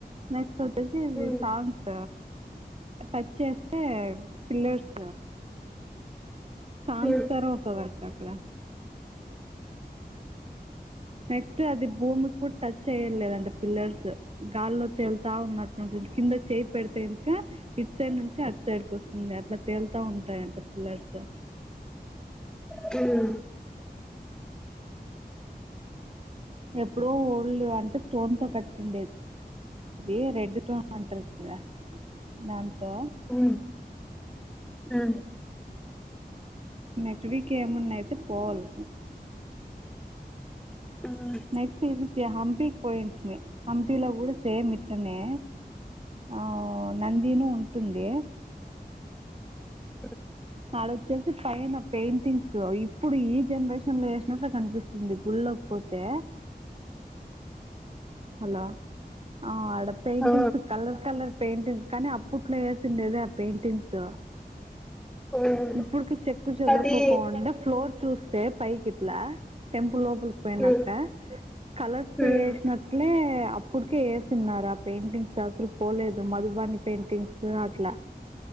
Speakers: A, on the right; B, in the centre.
A: నెక్స్ట్ వచ్చేసి ఇది
B: ఉమ్, ఉమ్,
A: సాంగ్స్ టచ్చేస్తే పిల్లర్స్ సాంగ్స్
B: ఉమ్,
A: తర వస్తాడంట అక్కడ నెక్స్ట్ అది భూమి కు టచ్ అయ్యలేదండి పిల్లర్స్ గాల్లో తేలుతా ఉన్నట్టుంటుంది కింద చేయి పెడితే ఇసుక స్ ఇటు సైడ్ నుంచి అటు సైడ్కి వస్తుంది అట్లా తేలుతా ఉంటాయాంట పిల్లర్స్
B: హ్మ్
A: ఎప్పుడో ఓల్డ్ అట్ట స్టోన్ తో కట్టిండది అది రెడ్ టోన్ అంటారు కదా దాంతో
B: ఉ హా
A: నెక్ట్ వీక్ ఏమున్నా అయితే పోవాల్
B: ఉమ్, ఉమ్.
A: నెక్స్ట్ ఇది హంపికి పోయింటిమి హంపిలో కూడా సేమ్ ఇట్లనే ఆవ్ నందినూ ఉంటుంది
B: అ
A: ఆడోచ్చేసి పైన పెయింటింగ్స్ ఇప్పుడు ఈ జనరేషన్ లో వేసినట్టు కనిపిస్తుంది గుళ్ళో పోతే హలో ఆ ఆడ పెయింటింగ్స్
B: ఆ,
A: కలర్ కలర్ పెయింటింగ్స్ కానీ అప్పుట్లో వేసిండేదే ఆ పెయింటింగ్స్
B: ఉమ్.
A: ఇప్పుడుకి చెక్ చెదురుకోకొండా
B: అది
A: ఫ్లోర్ చూస్ తే పైకిట్లా టెంపుల్ లోపలికి పోయినాక
B: ఉమ్,
A: కలర్స్
B: ఉమ్,
A: వేసినాకా నీ అప్పుటికే ఏసిన్నారు ఆ పెయింటింగ్స్ అసలు పోలేదు మధుబాని పెయింటింగ్స్ అట్లా